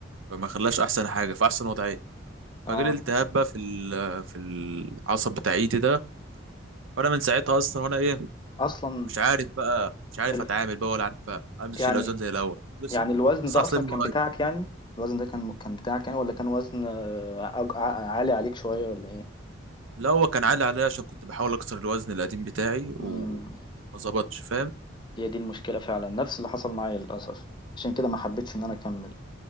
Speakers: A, on the right (about 85°); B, on the left (about 25°).
A: فما خلاش أحسن حاجة في أحسن وضعية
B: اه
A: فجالي التهاب بقى في ال- في العصب بتاع إيدي ده وأنا من ساعتها أصلا وأنا إيه
B: اصلا
A: مش عارف بقى مش عارف
B: ال...
A: اتعامل بقى ولا عارف امشي
B: يعني
A: الاوزان زي الاول لسه
B: يعني الوزن
A: لسه
B: ده
A: عصلين
B: اصلا
A: من
B: كان
A: قريب
B: بتاعك يعني الوزن ده كان كان بتاعك يعني ولا كان وزن آه، أج- ع- عالي عليك شوية ولا ايه
A: لا هو كان عالي عليا عشان كنت بحاول اكسر الوزن القديم بتاعي
B: امم
A: وما ظبطش فاهم
B: هي دي المشكلة فعلا نفس اللي حصل معايا للأسف عشان كده ما حبيتش إن أنا أكمل